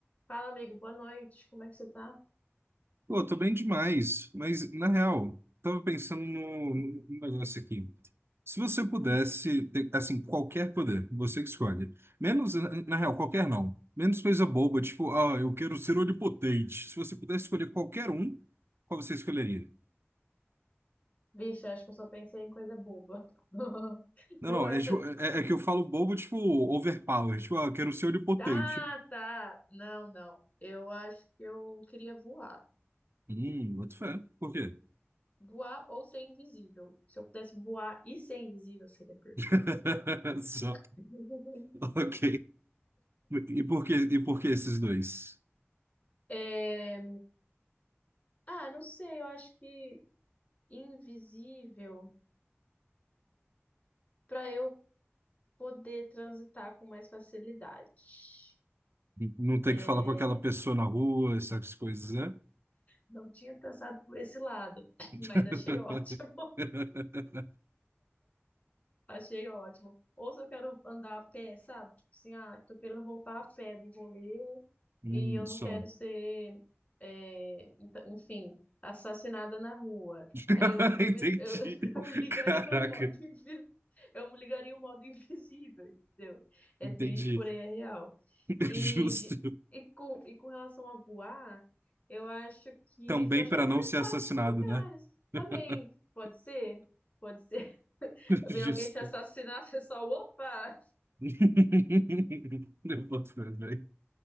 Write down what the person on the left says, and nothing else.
Fala, amigo, boa noite. Como é que você tá?
Hum.
Vixe, acho que eu só pensei em coisa boba. <laughs>
Eu
acho.
Tá, tá. Não, não. Eu acho que eu queria voar.
Voar ou ser invisível. Se eu pudesse voar e ser invisível, seria perfeito.
<laughs>
É, Ah, não sei. Eu acho que invisível para eu poder transitar com mais facilidade.
É,
Não tinha pensado por esse lado, <laughs> <clears throat>
mas achei ótimo. Achei ótimo. Ou se eu quero andar a pé, sabe? Tipo assim, ah, tô querendo voltar a pé do rolê
e eu não
quero ser, é, ent- enfim, assassinada na rua.
Aí eu, eu,
me- eu, <laughs> eu ligaria
o modo invisível. Eu ligaria o modo invisível, entendeu? É
triste, porém é real.
E,
de, e, com, e com relação a voar, eu acho que
para chegar
mais
fácil
nos lugares.
Também,
pode ser? Pode ser. <laughs>
Ver alguém te assassinar, <laughs> você só, opa!